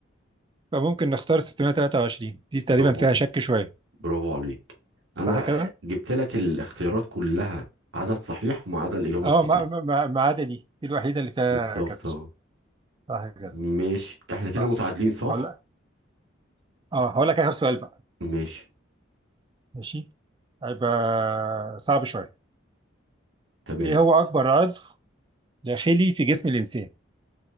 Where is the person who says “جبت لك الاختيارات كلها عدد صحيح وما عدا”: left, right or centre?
Right